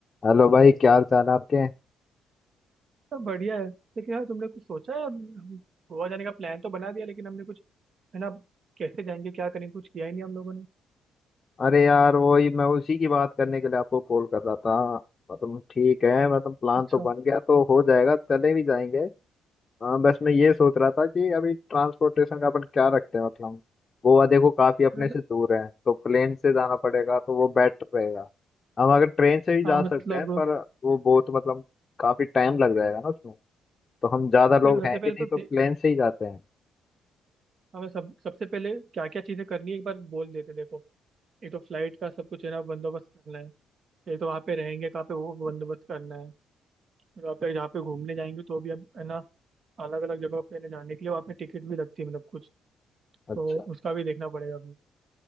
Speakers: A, on the left; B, on the right.
A: Hello भाई क्या हाल चाल है आपके
B: सब बढ़िया है लेकिन यार तुमने कुछ सोचा है हम गोवा जाने का प्लान तो बना दिया लेकिन हमने कुछ है ना कैसे जाएंगे क्या करेंगे कुछ किया ही नहीं हम लोगों ने
A: अरे यार वही मैं उसी की बात करने के लिए आपको कॉल कर रहा था मतलब ठीक है मतलब प्लान
B: अच्छा
A: तो बन गया तो हो जाएगा चले भी जाएंगे हाँ बस मैं ये सोच रहा था कि अभी ट्रांसपोर्टेशन का अपन क्या रखते हैं मतलब गोवा देखो काफी अपने
B: मतलब-
A: से दूर है तो प्लेन से जाना पड़ेगा तो वो बेटर रहेगा हम अगर ट्रेन से भी जा
B: हाँ मतलब
A: सकते हैं पर वो बहुत मतलब काफी टाइम लग जाएगा ना उसमें तो हम ज्यादा लोग
B: देखो
A: हैं
B: सबसे पहले
A: भी नहीं
B: तो
A: तो
B: दे-
A: प्लेन से ही जाते हैं
B: हमें सब सबसे पहले क्या क्या चीजें करनी है एक बार बोल देते देखो एक तो फ्लाइट का सब कुछ है ना बंदोबस्त करना है एक तो वहाँ पे रहेंगे कहाँ पे वो बंदोबस्त करना है फिर वहाँ पे जहाँ पे घूमने जाएंगे तो भी हम है ना अलग अलग जगह पे ना जाने के लिए वहाँ पे टिकट भी लगती है मतलब कुछ
A: अच्छा
B: तो उसका भी देखना पड़ेगा हमें